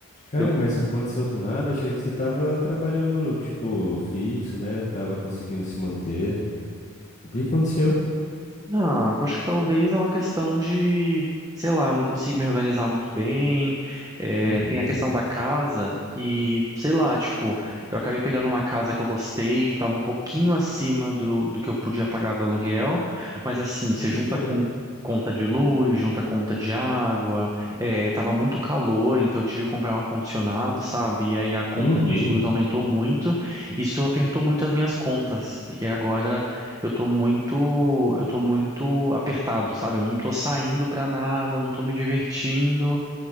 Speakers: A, on the left; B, on the right.
A: Cara,
B: eu
A: mas isso aconteceu do nada. Achei que você tava trabalhando, tipo, fixo, né? Tava conseguindo se manter. O que aconteceu?
B: Ah, eu acho que talvez é uma questão de, sei lá, eu não consigo me organizar muito bem. é,
A: Uhum.
B: tem a questão da casa e, sei lá, tipo, eu acabei pegando uma casa que eu gostei, que estava um pouquinho acima do, do que eu podia pagar do aluguel, mas assim, você
A: Pode
B: junta
A: crer.
B: com conta de luz, junta conta de água, é, tava muito calor, então eu tive que comprar um ar-condicionado, sabe? E aí a conta
A: Uhum.
B: de luz aumentou muito, isso apertou muito as minhas contas, porque agora eu tô muito, eu tô muito apertado, sabe? Eu não tô saindo pra nada, não tô me divertindo